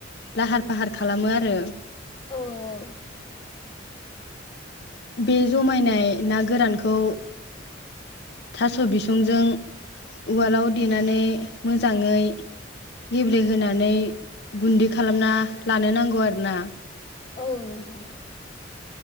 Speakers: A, on the left; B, on the left.
A: लाहार फाहार खालामो आरो
B: औ- औ।
A: बे जमायनाय ना गोरानखौ थास' बिसंजों उवालाव देनानै मोजाङै गेब्लेहोनानै गुन्दै खालामना लानो नांगौ आरोना।
B: औ- नोंथां।